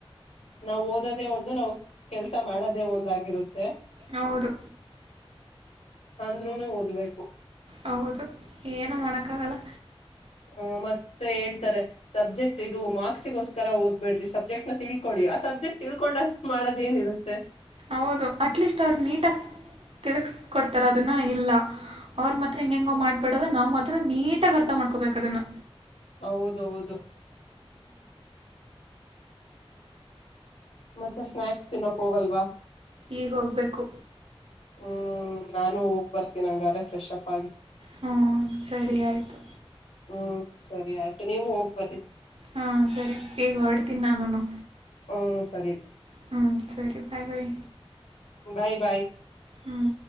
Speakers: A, on the left; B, on the right.
A: ನಾವು ಓದೋದೇ ಒಂದು ನಾವು ಕೆಲ್ಸ ಮಾಡೋದೇ ಒಂದಗಿರುತ್ತೆ
B: ಹೌದು
A: ಅಂದ್ರುನು ಓದ್ಬೇಕು
B: ಹೌದು ಏನುೂ ಮಾಡೋಕ್ಕಾಗಲ್ಲ
A: ಹ್ಮ ಮತ್ತೆ ಹೇಳ್ತಾರೆ ಸಬ್ಜೆಕ್ಟ್ ಇದು ಮಾರ್ಕ್ಸಿಗೋಸ್ಕರ ಓದ್ ಬೇಡ್ರಿ ಸಬ್ಜೆಕ್ಟ್ನ ತಿಳ್ಕೊಳಿ ಆ ಸಬ್ಜೆಕ್ಟ್ ತಿಳ್ಕೊಂಡಷ್ಟು ಮಾಡೋದ ಏನಿರುತ್ತೆ
B: ಹೌದು ಅಟ್ಲೀಸ್ಟ್ ಅವ್ರು ನೀಟಾಗಿ ತಿಳ್ಸ್ಕೊಡ್ತಾರ ಅದನ್ನ ಇಲ್ಲ ಅವ್ರ ಮಾತ್ರ ಹೆಂಗ ಹೆಂಗ ಮಾಡ್ಬೇಡೋದ ನಾವ್ ಮಾತ್ರ ನೀಟಾಗಿ ಅರ್ಥ ಮಾಡ್ಕೋಬೇಕ ಅದನ್ನ
A: ಹೌದೌದು ಮತ್ತೆ ಸ್ನಾಯಕ್ಸ್ ತಿನ್ನೋಕ್ ಹೋಗಲ್ವಾ
B: ಈಗೋಗಬೇಕು
A: ಹ್ಮ್ ನಾನು ಹೋಗ್ ಬರ್ತೀನಿ ಹಂಗಾರೆ ಫ್ರೆಶ್ ಅಪ್ ಆಗಿ
B: ಹ್ಮ್ ಸರಿ ಆಯಿತು
A: ಹ್ಮ್ ಸರಿ ಆಯ್ತು ನೀವು ಹೋಗ್ ಬನ್ನಿ
B: ಹಾಂ ಸರಿ ಈಗ ಹೊರಡ್ತಿನಿ ನಾನು
A: ಹ್ಮ್ ಸರಿ
B: ಹ್ಮ್ ಸರಿ ಬಾಯ್ ಬಾಯ್
A: ಬಾಯ್ ಬಾಯ್
B: ಹ್ಞೂ